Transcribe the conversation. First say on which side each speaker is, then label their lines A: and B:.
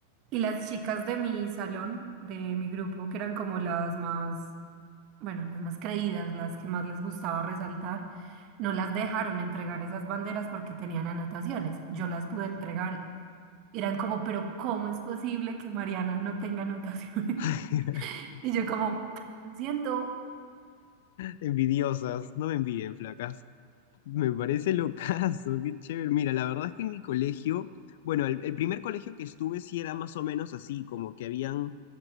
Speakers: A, on the right; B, on the left.
A: y las chicas de mi salón, de mi grupo, que eran como las más bueno, las más creídas, las que más les gustaba resaltar, no las dejaron entregar esas banderas porque tenían anotaciones. Yo las pude entregar. y Eran como, pero ¿cómo es posible que Mariana no tenga anotaciones?
B: <laughs>
A: <laughs> Y yo como, lo siento.
B: Envidiosas, no me envidien, flacas. Me parece locazo, qué chévere. Mira, la verdad es que en mi colegio, bueno, el, el primer colegio que estuve sí era más o menos así, como que habían,